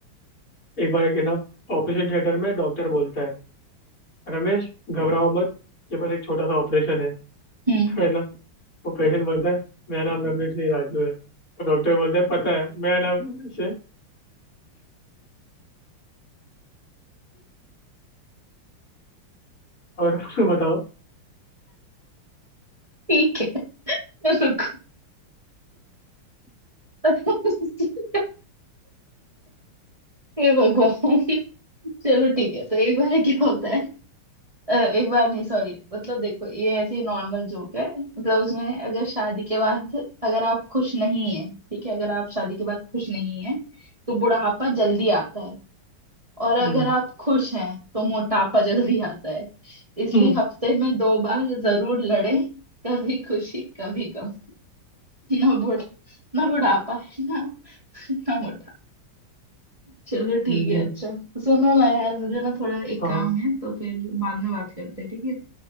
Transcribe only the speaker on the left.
एक बार एक है ना ऑपरेशन थिएटर में डॉक्टर बोलता है रमेश घबराओ मत ये बस एक छोटा सा ऑपरेशन है तो
है ना वो पेशेंट बोलता है मेरा नाम रमेश नहीं राजू है तो डॉक्टर बोलता है पता है मेरा नाम रमेश है और <laughs> बताओ
हम्म
हम्म
हम्म,
हम्म,
हाँ
हाँ